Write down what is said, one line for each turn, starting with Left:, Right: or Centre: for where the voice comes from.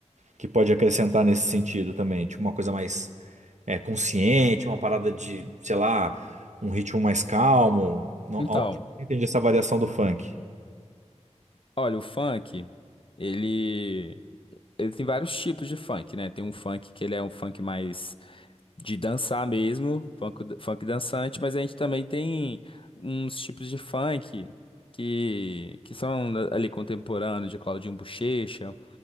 Right: que pode acrescentar nesse sentido também? Tipo uma coisa mais é, consciente, uma parada de, sei lá, um ritmo mais calmo. No-
Left: Então,
Right: Aonde você entende essa variação do funk?
Left: olha, o funk, ele, ele tem vários tipos de funk, né? Tem um funk que ele é um funk mais de dançar mesmo, funk, funk dançante, mas a gente também tem uns tipos de funk que, que são ali contemporâneos de Claudinho Buchecha